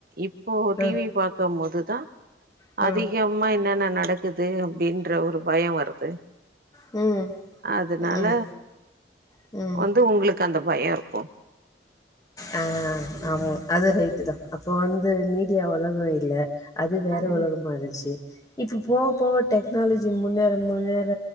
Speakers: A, on the right; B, on the left.
A: இப்போ டி
B: அ
A: விப் பாக்கம்மோதுதா
B: அ
A: அதிகம் மா என்னென்ன நடக்குது அப்டின்ற ஒரு பயோ வருது
B: ம்
A: அதனால
B: ம் ம்.
A: வந்து உங்ளுக்கு அந்த பயோ இருக்கு
B: ஆ
A: ம்
B: ஆமா அது ரைட்டுதா அப்போ வந்து மீடியா ஒலகோ இல்ல அது வேற
A: ம்
B: உலகமா இருந்ச்சி இப்போ போவப் போவ டெக்னாலஜி முன்னேற முன்னேற